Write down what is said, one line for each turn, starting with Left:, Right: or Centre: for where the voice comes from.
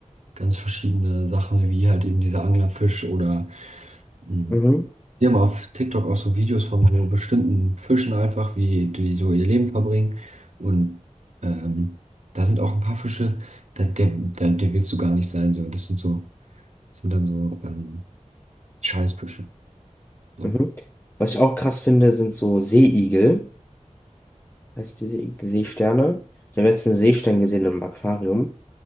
Right: ganz verschiedene Sachen, wie halt eben dieser Anglerfisch oder hm,
Left: Mhm.
Right: Die haben auf TikTok auch so Videos von so bestimmten Fischen einfach, wie die so ihr Leben verbringen. Und ähm, da sind auch ein paar Fische, da, der, der, der willst du gar nicht sein. So. Das sind so, das sind dann so ähm, Scheißfische. So.
Left: Mhm. Was ich auch krass finde, sind so Seeigel. Heißt die Seeigel, Seesterne. Ich habe jetzt einen Seestern gesehen im Aquarium.